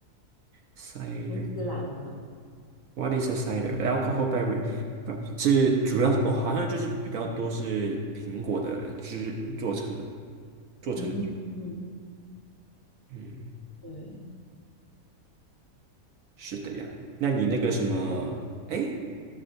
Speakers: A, on the right; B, on the left.
A: Cider。
B: 新西兰的。
A: What is a cider? Alcohol b e r r y 不是主要是哦，好像就是比较多是苹果的汁做成的，做成的酒。
B: 嗯嗯，
A: 嗯，
B: 对，
A: 是的呀。那你那个什么，哎，